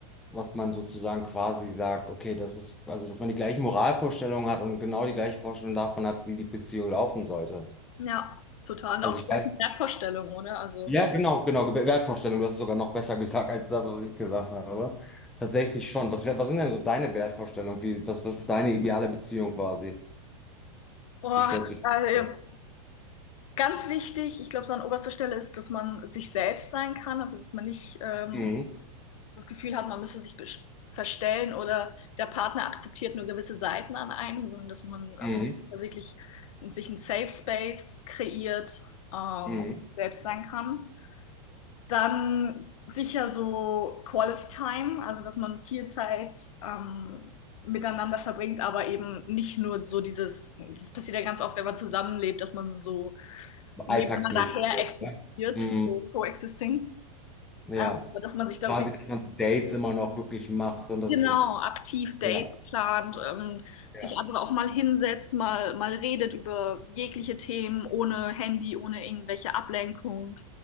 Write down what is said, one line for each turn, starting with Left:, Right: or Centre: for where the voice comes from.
Centre: was man sozusagen quasi sagt, okay, das ist, also dass man die gleichen Moralvorstellungen hat und genau die gleiche Vorstellung davon hat, wie die Beziehung laufen sollte.
Left: Ja, total. Und
Centre: Also
Left: auch die
Centre: ich
Left: gleichen
Centre: weiß,
Left: Wertvorstellungen, oder? Also,
Centre: ja, genau, genau, Wer- Wertvorstellung, du hast es sogar noch besser <laughs> gesagt als das, was ich gesagt habe. Tatsächlich schon. Was, wär- was sind denn so deine Wertvorstellungen? Wie, was, was ist deine ideale Beziehung quasi?
Left: boah,
Centre: Wie stellst du dich
Left: also ja,
Centre: vor?
Left: ganz wichtig, ich glaube, so an oberster Stelle ist, dass man sich selbst sein kann, also dass man nicht ähm,
Centre: Mhm.
Left: das Gefühl hat, man müsse sich besch- verstellen oder der Partner akzeptiert nur gewisse Seiten an einem, sondern dass man ähm,
Centre: Mhm.
Left: wirklich sich einen Safe Space kreiert ähm,
Centre: Mhm.
Left: und sich selbst sein kann. Dann sicher so Quality Time, also dass man viel Zeit ähm, miteinander verbringt, aber eben nicht nur so dieses, das passiert ja ganz oft, wenn man zusammenlebt, dass man so nebeneinander
Centre: Alltagsmäßig.
Left: her existiert,
Centre: Ne? Mhm.
Left: so coexisting,
Centre: Ja,
Left: ähm, aber dass man sich da
Centre: quasi,
Left: wirklich
Centre: dass man Dates immer noch wirklich macht und das
Left: genau
Centre: ist,
Left: aktiv Dates
Centre: ja,
Left: plant, ähm, sich
Centre: ja.
Left: aber auch mal hinsetzt, mal, mal redet über jegliche Themen, ohne Handy, ohne irgendwelche Ablenkung,